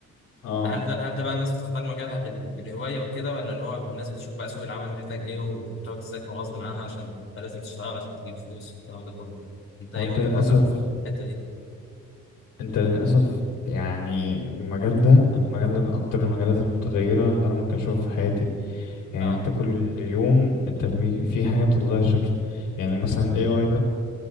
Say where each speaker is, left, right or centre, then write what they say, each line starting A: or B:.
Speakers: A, on the left; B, on the left.
A: اه
B: هل ده هل ده بقى الناس بتختار مجالها بال- بالهوايه وكده ولا اللي هو الناس بتشوف بقى سوق العمل محتاج ايه وبتقعد تذاكر غصب عنها عشان انت لازم تشتغل عشان تجيب فلوس والكلام ده كله انت ايه
A: هو انت
B: وجهه
A: للاسف
B: نظرك في الحته دي؟
A: انت للاسف يعني المجال ده المجال ده من اكتر المجالات المتغيره اللي انا ممكن اشوفها في حياتي يعني
B: اه
A: انت كل يوم انت بي في حاجه بتتغير شكل يعني مثلا ال AI ده